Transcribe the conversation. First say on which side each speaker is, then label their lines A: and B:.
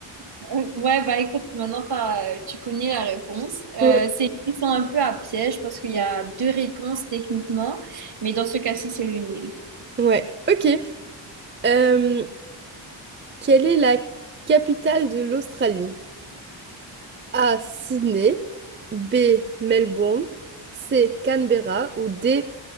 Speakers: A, on the right; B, on the right.
A: Ouais, bah écoute, maintenant t'as- euh, tu connais la réponse. Euh,
B: Ouais.
A: c'est une question un peu à piège parce qu'il y a deux réponses techniquement, mais dans ce cas-ci, c'est le Nil.
B: Ouais, ok. Euh, quelle est la capitale de l'Australie? A. Sydney. B. Melbourne. C. Canberra. Ou D.